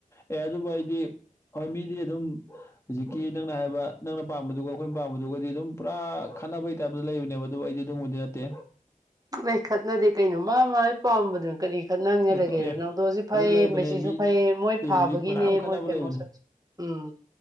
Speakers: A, on the left (about 20°); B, on the right (about 25°).
A: ꯑꯦ ꯑꯗꯨꯕꯨ ꯑꯩꯗꯤ ꯍꯣꯏ ꯃꯤꯗꯤ ꯑꯗꯨꯝ ꯍꯧꯖꯤꯛꯀꯤ ꯅꯪꯅ ꯍꯥꯏꯕ ꯅꯪꯅ ꯄꯥꯝꯕꯗꯨꯒ ꯑꯩꯈꯣꯏꯅ ꯄꯥꯝꯕꯗꯨꯒꯗꯤ ꯑꯗꯨꯝ ꯄꯨꯔꯥ ꯈꯠꯅꯕꯩ ꯇꯥꯏꯞꯇ ꯂꯩꯕꯅꯦꯕ ꯑꯗꯨ ꯑꯩꯗꯤ ꯑꯗꯨꯕꯨꯗꯤ ꯅꯠꯇꯦ
B: ꯅ ꯈꯠꯅꯗꯦ ꯀꯩꯅꯣ ꯃꯥ ꯃꯥꯥꯏ ꯄꯥꯝꯕꯗꯨ ꯀꯔꯤ ꯈꯠꯅꯅꯤꯡꯉꯥꯏ
A: ꯅꯠꯇꯦ
B: ꯂꯩꯒꯦꯗꯣ
A: ꯑꯦ
B: ꯅꯪꯗꯣꯁꯤ ꯐꯩꯌꯦ
A: ꯑꯗꯨ ꯂꯩꯕꯅꯦ
B: ꯃꯦꯆꯁꯨ
A: ꯃꯤ
B: ꯐꯩꯌꯦ ꯃꯣꯏ
A: ꯑꯦ
B: ꯐꯥꯕꯒꯤꯅꯦ
A: ꯍꯧꯖꯤꯛ ꯐꯅꯌꯥꯝ ꯈꯠꯅꯕ
B: ꯃꯣꯏ ꯐꯦꯃꯣꯁ
A: ꯂꯩꯕꯅꯦ
B: ꯑꯣꯏꯁꯦ ꯎꯝ